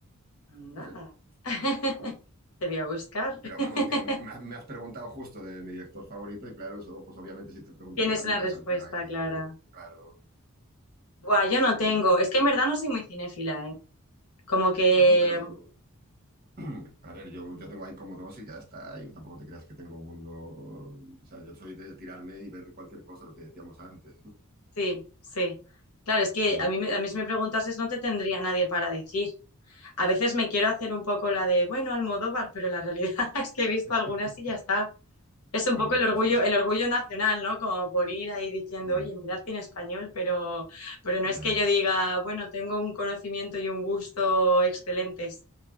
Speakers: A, on the left; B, on the right.
A: Anda.
B: no sé.
A: <laughs>
B: Mm.
A: Te voy a buscar.
B: Pero
A: <laughs>
B: vamos, que me has me has preguntado justo de mi director favorito y claro, eso, pues obviamente si te pregunto
A: Tienes
B: a ti también
A: una respuesta,
B: te saltan ahí,
A: Clara.
B: claro.
A: Buah, yo no
B: Pero
A: tengo.
B: bueno,
A: Es que en verdad no soy muy cinéfila, ¿eh? Como que
B: bueno, pero <clears throat> A ver, yo, yo tengo ahí como dos y ya está, y tampoco te creas que tengo un mundo, o sea, yo soy de tirarme y ver cualquier cosa, lo que decíamos antes.
A: Sí, sí. Claro, es que
B: Mm.
A: a mí, me- a mí si me preguntases no te tendría nadie para decir. A veces me quiero hacer un poco la de, bueno, Almodóvar, pero la realidad <laughs> es que he visto
B: <laughs>
A: algunas y ya está. Es
B: Bueno,
A: un poco el
B: no
A: orgullo,
B: sé.
A: el orgullo nacional, ¿no? Como por ir ahí diciendo,
B: Mm,
A: oye, mirad cine español, pero, pero no
B: Ya.
A: es que yo diga, bueno, tengo un conocimiento y un gusto excelentes.